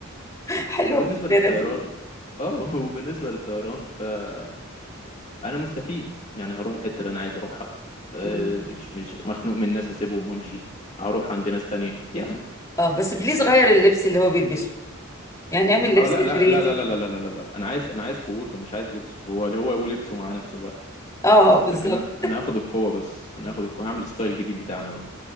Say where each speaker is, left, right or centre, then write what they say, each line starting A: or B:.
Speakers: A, on the left; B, on the left.
A: <laughs> حلوه
B: وبالنسبة
A: الفكره
B: للطيران
A: دي
B: اه <laughs> وبالنسبة للطيران فانا مستفيد يعني هروح الحتة اللي انا عايز اروحها آه،
A: مم.
B: مش مش مخنوق من الناس هسيبهم وامشي هروح عند ناس تانية يعني
A: اه بس بليز غير اللبس اللي هو بيلبسه يعني نعمل لبس
B: اه لا لا
A: كرييتيف
B: لا لا لا لا لا لا لا لا. انا عايز انا عايز قوته مش عايز لبسه هو هو ولبسه مع نفسه بقى
A: اه بالظبط
B: لكن انا انا هاخد القوة بس انا هاخد القوة هعمل ستايل جديد بتاعنا بقى